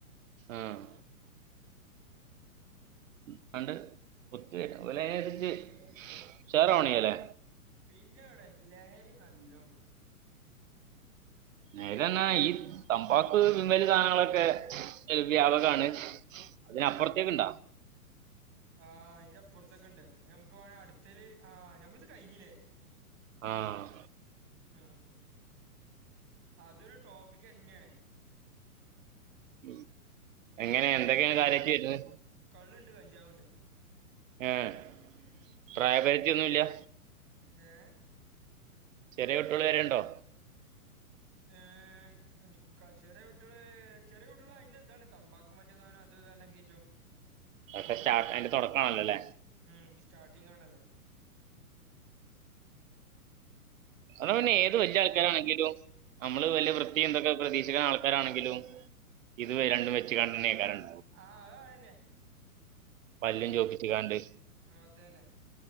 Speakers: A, on the right; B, on the right.
A: ആഹ് <unintelligible> <unintelligible> ഓലയ്നൻസര്ച്ച് <unintelligible> പണിയല്ലെ?
B: പിന്നവ്ടെ ലഹരി നല്ലോണ്ട്ട്ടോ
A: നേരർഞ്ഞാ ഈ തമ്പാക്ക് തിന്നേല് സാധനങ്ങളൊക്കെ <unintelligible> വ്യാപകമാണ് അതിനപ്പർത്തേക്ണ്ടോ?
B: ആഹ് അയിന്റെപ്പർത്ത്ക്ക്ണ്ട് ഞമക്ക് വാണേ അട്ത്തേല് ആഹ് ഞമ്മൾത് കഴിഞ്ഞിലേ?
A: ആഹ്
B: ഇംഹ് അതൊരു ടോപ്പിക്കന്നേണ്
A: ഉം എങ്ങനെ. എന്തൊക്കെ ഇങ്ങള് കാര്യായിട്ട് ചെയ്തത്
B: കള്ള്ണ്ട്. കഞ്ചാവ്ണ്ട്
A: ഏഹ് പ്രായപരിധിയൊന്നുല്ല്യ
B: ഏഹ്
A: ചെറ്യേ കുട്ട്യോള് വരെ. ഉണ്ടോ
B: ഏഹ് ക്. ക. ചെറ്യേട്ട്യോള്. ചെറ്യേട്ട്യോള്. അതിന്റെ ഇതാണ് തമ്പാക്കും. മ <unintelligible> അത് ഇതെല്ലാം കേറ്റും
A: അട്ട. സ്റ്റാർട്ട് അയിന്റെ തൊടക്കാണ്ല്ലോ ല്ലെ
B: മ്മ്. സ്റ്റാർട്ടിംഗ് ആണ് ല്ലെ ഇവിടെ
A: അത്. പിന്നെ
B: കടകളിൽ
A: ഏത് വല്ല്യ
B: തന്നെ
A: ആൾക്കാരാണെങ്കിലും നമ്മള് വല്ല്യ
B: ആ
A: വൃത്തിയും. ഇതൊക്കെ. പ്രതീഷ് ആൾക്കാരാണെങ്കിലും, ഇത്. രണ്ടും. വെച്ണ്ടായിരിക്കും
B: ആ. അഹ് അഹന്നെ
A: പല്ലും ചോപ്പിച്കാണ്ട്.
B: ആ അതന്നെ